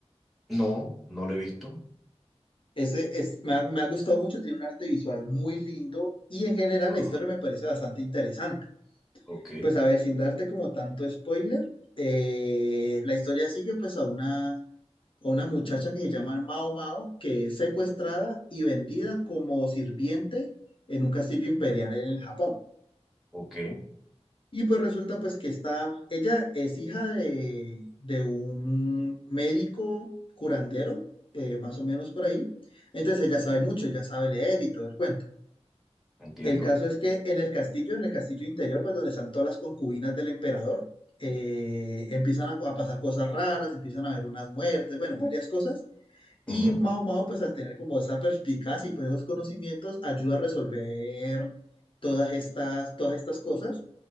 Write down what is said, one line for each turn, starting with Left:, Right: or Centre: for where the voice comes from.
Centre: No, no lo he visto.
Left: Ese es, me ha, me ha gustado mucho, tiene un arte visual muy lindo y en general
Centre: Ajá.
Left: la historia me parece bastante interesante.
Centre: Ok,
Left: Pues a ver, sin darte como tanto spoiler, eh, la historia sigue pues a una, a una muchacha que se llama Mao Mao, que es secuestrada
Centre: o-
Left: y vendida como sirviente en un castillo imperial en Japón.
Centre: ok,
Left: Y pues resulta pues que está, ella es hija de, de un médico curandero, eh, más o menos por ahí. Entonces ella sabe mucho, ella sabe leer y todo el cuento.
Centre: entiendo.
Left: El caso es que en el castillo, en el castillo interior, pues donde están todas las concubinas del emperador, eh, empiezan a, co- a pasar cosas raras, empiezan a haber unas muertes, bueno, varias cosas. Y
Centre: Ujú.
Left: Mao Mao, pues al tener como esa perspicacia y pues esos conocimientos, ayuda a resolver todas estas, todas estas cosas